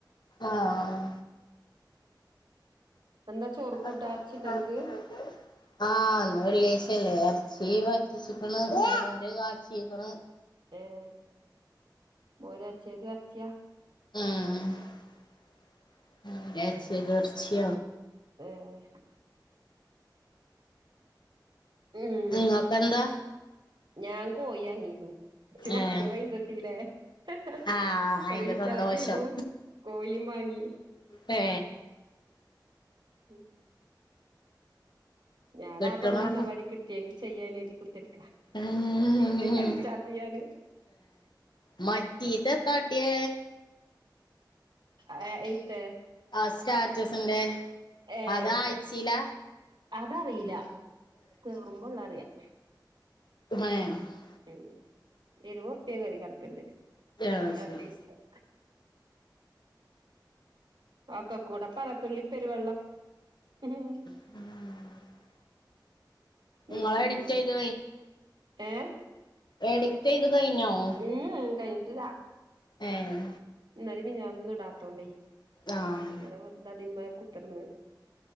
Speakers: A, on the left; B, on the right.
A: ആഹ്
B: എന്താ ചോറ്
A: എന്താത്
B: കൂട്ടാ ഇറച്ചി ഉണ്ടോ നിങ്ങക്ക്
A: ആഹ് വെള്ളിയാഴ്ചല്ലേ ഇറച്ചി വറ്റിച്ചിക്കൂടെ മോര്കാച്ചിയേക്കണ്
B: ഏഹ് മോര കാച്ചിയതും ഇറച്ചിയാ
A: <unintelligible> ഇറച്ചി ഇറച്ചി
B: മം മം ഉം
A: നിങ്ങക്കെന്താ
B: ഞാൻ കോയി അങ്ങീിക്കും ച്ച വക്കിയ
A: ഏഹ്
B: പൈസട്ടീല്ലേ <unintelligible>
A: ആഹ് അയിന്റെ
B: റീചാർജ്
A: സന്തോഷം
B: ചെയ്തു കോഴീം വാങ്ങി
A: ഹേ
B: ഉം <inaudible> ഞാൻ
A: കെട്ടണം
B: ആ പെണ്ടരണമാതിരി കിട്ടിയെങ്കി ചെയ്യാൻ എഴതി കുത്തിരിക്കാ
A: ഉം
B: അ ചതിയാണ
A: മറ്റി ത തടേ
B: ആഹ് ഏത്ത
A: ആഹ് സ്റ്റാറ്റസിന്റെ
B: ഏഹ്
A: അതാ അയച്ചീല
B: അതറിയില്ല കേയറുമ്പോ ഉള്ള അറിയാം
A: മ <unintelligible>
B: ഉം ഇരുവത് റുപ്പിയ കേറി കറക്കണ്ട്
A: അത്
B: രണ്ട്
A: ശരി
B: ദിവസം ഒക്കെ കൂടെ പലത്തുള്ളി പെരുവെള്ളം ഉം <inaudible>
A: ഉം <inaudible>
B: മൻ
A: ഇങ്ങള് എഡിറ്റ്
B: ഉ
A: ചെയ്ത്
B: ഏഹ്
A: എഡിക്റ്റ് ചെയ്ത് കഴിഞ്ഞാവോ
B: ഉം കഴിഞ്ഞിട്ടില്ലാ
A: ഏൻ
B: നരമി ഞാൻ ഒന്ന ഇടാത്തോണ്ടേ
A: ആഹ്
B: നര വെറുത അതിന് കുത്തിർന്ന്